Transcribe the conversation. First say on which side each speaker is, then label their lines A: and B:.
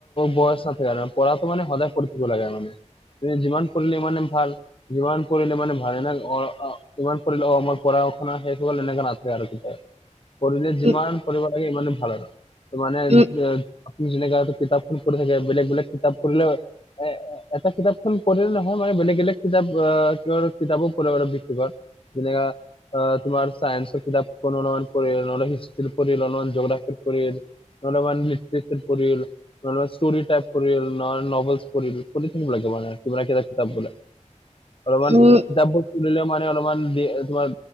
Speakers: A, on the left; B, on the right.
A: বয়স নাথাকে মানে পঢ়াটো মান সদায় পঢ়ি থাকিব লাগে মানে। তুমি যিমান পঢ়িলে মানে ভাল যিমান পঢ়িলে মানে ভাল এনে অ সিমান পঢ়িলে অ মোৰ পঢ়া শুনা শেষ এনেকে নাথাকে আৰু কেতিয়াও পঢ়িলে যিমান
B: উম
A: পৰি লাগে ইমানেই ভাল আৰু। ত মানে
B: উম
A: আপুনি যে যেনেকা কিতাপখন পঢ়ি থাকে বেলেগ বেলেগ কিতাপ পঢ়িলেও এ এটা কিতাপখন পঢ়িলে নহয় মানে বেলেগ বেলেগ কিতাপ ক কিতাপো পঢ়িব লাগে ব্যক্তিগত যেনেকা অ তোমাৰ চায়েঞ্চৰ কিতাপ অলপমান পঢ়িল নহলে হিষ্ট্ৰিৰ পঢ়িল অলপমান জি'গ্ৰাফিৰ পঢ়িল নহলে অলপমান হিষ্ট্ৰী চিষ্ট্ৰী পঢ়িল নহলে ষ্টৰি টাইপ পঢ়িল নহলে নভেলচ পঢ়িল পঢ়ি থাকিব লাগে মানে কিমান কিটা কিতাপলে অলপমান
B: উম
A: কিতাপবোৰ তুলিলেও মানে অলপমান দে তোমাৰ